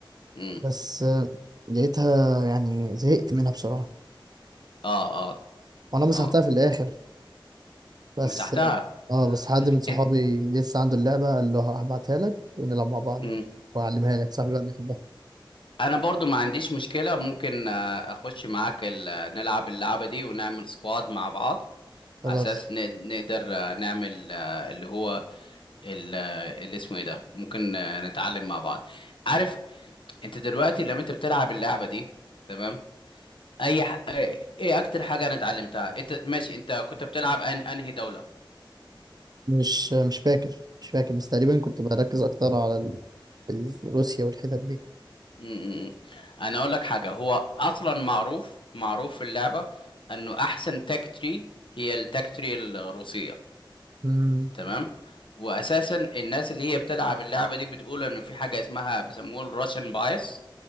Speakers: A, on the left; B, on the right.
A: امم
B: بس آه، لقيتها يعني زهقت منها بصراحه
A: اه اه
B: وانا مسحتها
A: اه
B: في الاخر بس
A: مسحتها
B: اه بس حد من صحابي
A: إت-
B: لسه عنده اللعبه قال له هبعتها لك ونلعب مع بعض
A: مم.
B: واعلمها لك صاحبي بقى بيحبها
A: انا برضو ما عنديش مشكلة ممكن آه، اخش معاك ال- نلعب اللعبة دي ونعمل سكواد مع بعض
B: خلاص
A: على اساس ن- نقدر آه، نعمل آه، اللي هو ال- آه، اللي اسمه ايه ده ممكن آه، نتعلم مع بعض عارف انت دلوقتي لما انت بتلعب اللعبة دي تمام اي ح... ايه إيه اكتر حاجة انا اتعلمتها انت ماشي انت كنت بتلعب أن... انهي دولة
B: مش مش فاكر مش فاكر بس تقريبا كنت بركز اكتر على ال... ال- روسيا والحتت دي
A: م- م- م. انا اقول لك حاجة هو اصلا معروف معروف في اللعبة انه احسن تاك تري هي التاك تري الروسية
B: مم.
A: تمام واساسا الناس اللي هي بتلعب اللعبه دي بتقول ان في حاجه اسمها بيسموها الراشن بايس